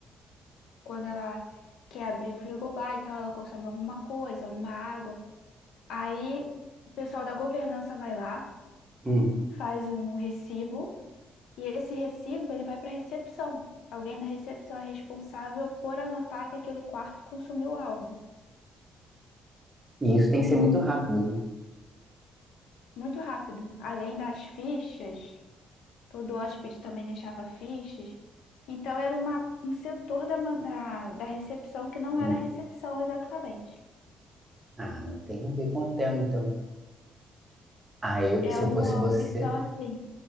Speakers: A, on the left; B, on the right.
A: quando ela quer abrir o frigobar e tal, ela consome alguma coisa, alguma água. Aí o pessoal da governança vai lá,
B: uhum.
A: faz um recibo, e esse recibo ele vai para a recepção. Alguém na recepção é responsável por anotar que aquele quarto consumiu algo.
B: E isso tem que ser muito rápido, né?
A: Muito rápido. Além das fichas, todo hóspede também deixava fichas. Então era uma, um setor da, ma- da da recepção que não
B: Uhum.
A: era a recepção exatamente.
B: Ah, não tem a ver com hotel, então. Ah, eu,
A: É
B: se
A: uma
B: eu fosse você,
A: opção assim,